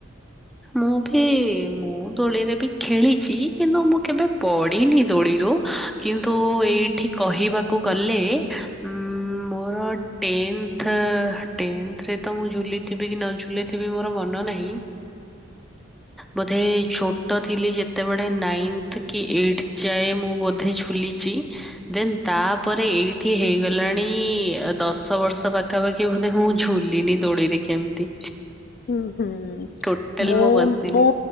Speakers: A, in the centre; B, on the left (about 50°).
A: ମୁଁ ବି ମୁଁ ଦୋଳିରେ ବି ଖେଳିଛି କିନ୍ତୁ ମୁଁ କେବେ ପଡ଼ିନି ଦୋଳିରୁ କିନ୍ତୁ ଏଇଠି କହିବାକୁ ଗଲେ ଉ ମୋର ଟେନ୍ଥ ଟେନ୍ଥରେ ତ ମୁଁ ଝୁଲିଥିବି କି ନ ଝୁଲିଥିବି ମୋର ମନ ନାହିଁ। ବୋଧେ ଛୋଟ ଥିଲି ଯେତେବେଳେ ନାଇନ୍ଥ କି ଏଇଟ ଯାଏ ମୁଁ ବୋଧେ ଝୁଲିଛି ଦେନ୍ ତାପରେ ଏଇଠି ହେଇଗଲାଣି ଦଶ ବର୍ଷ ପାଖ ତା ବାକି ମାନେ ମୁଁ ଝୁଲିନି ଦୌଡେଇରେ କେମିତି
B: ହୁଁ ହୁଁ
A: ଟୋଟାଲ
B: ମୁଁ
A: ବସିନି
B: ମୁଁ